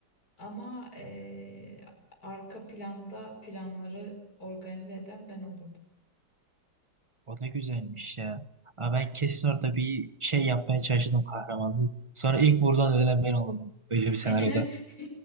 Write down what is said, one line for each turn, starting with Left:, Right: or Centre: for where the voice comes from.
Left: ama ee, arka planda planları organize eden ben olurdum.
Right: o ne güzelmiş ya. Aa, ben kesin orada bir şey yapmaya çalışırdım kahramanlığı. Sonra ilk buradan ölen ben olurdum. Öyle bir senaryoda.
Left: <laughs>